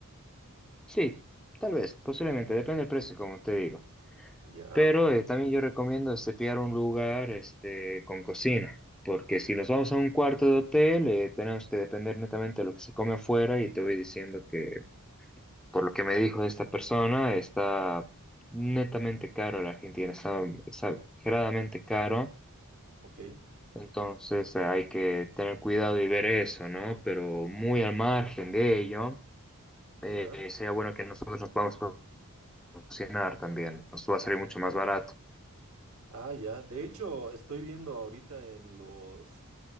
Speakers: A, in the centre; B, on the right.
A: Sí, tal vez, posiblemente, depende del precio, como te digo.
B: Ya,
A: Pero eh, también yo recomiendo este, pillar un lugar este, con cocina, porque si nos vamos a un cuarto de hotel, eh, tenemos que depender netamente de lo que se come afuera y te voy diciendo que Por lo que me dijo esta persona, está netamente caro la Argentina, está exageradamente caro.
B: ok,
A: Entonces eh, hay que tener cuidado y ver eso, ¿no? Pero muy al margen de ello, eh,
B: ya.
A: sería bueno que nosotros nos vamos a cocinar también. Nos va a salir mucho más barato.
B: Ah, ya. De hecho, estoy viendo ahorita en los